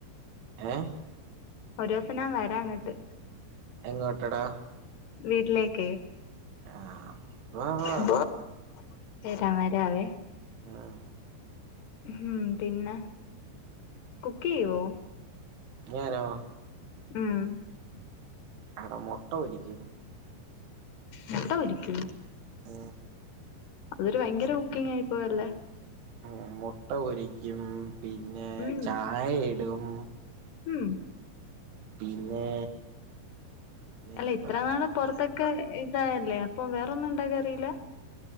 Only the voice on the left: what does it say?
ഒരൂസം ഞാൻ വരാ അങ്ങട്ട്
വീട്ടിലെക്കേ
ശുഭാ വരാം വരാവേ
ഉം പിന്നെ കുക്കെയ്യോ
ഉം
മൊട്ട പൊരിക്കോ
അതൊരു വയങ്കര കുക്കിങ് ആയി പോയല്ലോ
ഉം
ഉം
അല്ല
ഇത്ര നാളും പൊറത്തൊക്കെ ഇതായല്ലേ അപ്പൊ വേറൊന്നും ഇണ്ടാക്കാൻ അറിയില്ല.